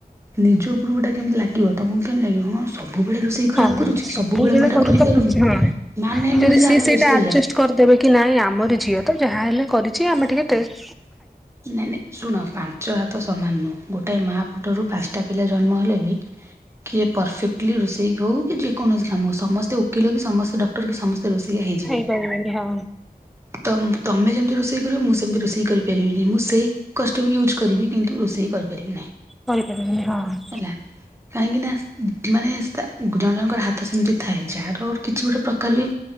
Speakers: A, on the right; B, in the centre.
A: ନିଜ ଉପରୁ ଗୋଟେ କେମିତି ଲାଗିବ ତମକୁ କେମିତି ଲାଗିବ କଣ ସବୁବେଳେ ରୋଷେଇ ଖରାପ।
B: ସବୁ
A: କରୁଛି ସବୁବେଳେ
B: ଜଣ
A: ମୁଁ ଏଇଟା
B: ଘର
A: କରିପାରୁନି।
B: ହଁ
A: ମାନେ
B: ଯଦି
A: ନୁହଁ ଯେ
B: ସି
A: ଆମେ
B: ସେଇଟା
A: ରୋଷେଇଆ।
B: ଆଡଜଷ୍ଟ କରିଦେବେ। କି ନାଇଁ ଆମର ଝିଅ ତ ଯାହାହଲେ କରିଛି ଆମେ ଟିକେ ଟେଷ୍ଟ।
A: ନାଇଁ ନାଇଁ ଶୁଣ ପାଞ୍ଚ ହାତ ସମାନ ନୁହଁ ଗୋଟଏ ମା ପେଟରୁ ପାଞ୍ଚଟା ପିଲା ଜନ୍ମ ହେଲେ ବି। କିଏ ପରଫେକ୍ଟଲି ରୋଷେଇ ହଉ କି ଯେକୌଣସି କାମ ହଉ ସମସ୍ତେ ଓକିଲ କି ସମସ୍ତେ ଡକ୍ଟର କି ସମେ ରୋଷେଇ ହେଇଯିବନି
B: ହେଇପାରିବନି ହଁ
A: ତ ତମେ ଯେମିତି ରୋଷେଇ କରିବ ମୁଁ ସେମିତି ରୋଷେଇ କରିପାରିବିନି। ମୁଁ ସେହି କଷ୍ଟ ବି ୟୁଜ୍ କରିବି କିନ୍ତୁ ରୋଷେଇ କରିପାରିବି ନାହିଁ।
B: କରିପାରିବିନି ହଁ।
A: ହେଲା। କାହିଁକି ନା ମାନେ ଜଣେ ଜଣଙ୍କର ହାତ ସେମିତି ଥାଏ ଯାହାର କିଛି ଗୋଟେ ପ୍ରକାର ବି